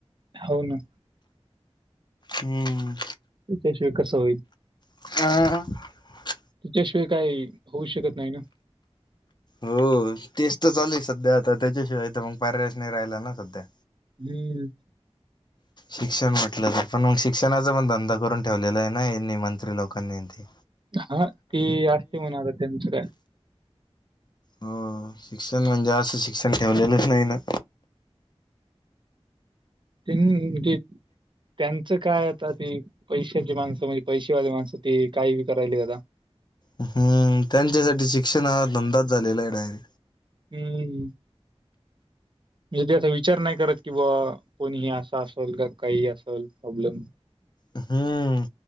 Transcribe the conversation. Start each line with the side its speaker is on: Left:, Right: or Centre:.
Right: हो ना.
Left: हम्म.
Right: त्याच्याशिवी कस होईल?
Left: ह <inaudible>
Right: त्याशिवाय काही होऊ शकत नाही ना.
Left: हो तेच तर चालय सध्या आता त्याच्याशिवाय तर मग पर्यायच नाही राहिला ना सध्या.
Right: हम्म
Left: शिक्षण म्हटलं पण मग शिक्षणाचा पण धंदा करून ठेवलेलाय ना यांनी मंत्री लोकांनी न ती.
Right: हा ती अस्ती म्हणा आता त्यांच काय.
Left: हो शिक्षण म्हणजे असं शिक्षण ठेवलेलंच नाही ना.
Right: <unintelligible> त्यांचं काय आता ती पैशाची माणसं म्हण पैसेवाले माणस ते काय बी करायलेत आता.
Left: हम्म त्यांच्यासाठी शिक्षण हा धंदाच झालेलाय डायरे
Right: हम्म म्हणजे ते असा विचार नाही करत कि बा कोणीही असा असल का काही असल प्रॉब्लेम.
Left: हम्म